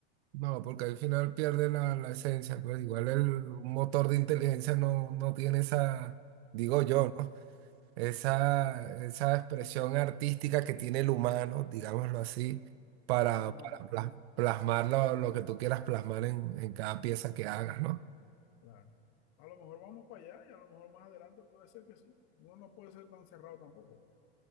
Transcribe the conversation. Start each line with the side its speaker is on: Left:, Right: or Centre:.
Right: No, porque al final pierde la, la esencia, pues igual el
Left: Sí,
Right: un motor de inteligencia no, no tiene esa, digo
Left: Claro.
Right: yo, ¿no? Esa, esa expresión artística que tiene el humano, digámoslo así, para,
Left: A lo mejor,
Right: para plas- plasmar lo, lo que tú quieras plasmar en, en cada pieza que hagas, ¿no?
Left: Claro. A lo mejor vamos para allá y a lo mejor más adelante puede ser que sí. Uno no puede ser tan cerrado tampoco, pues.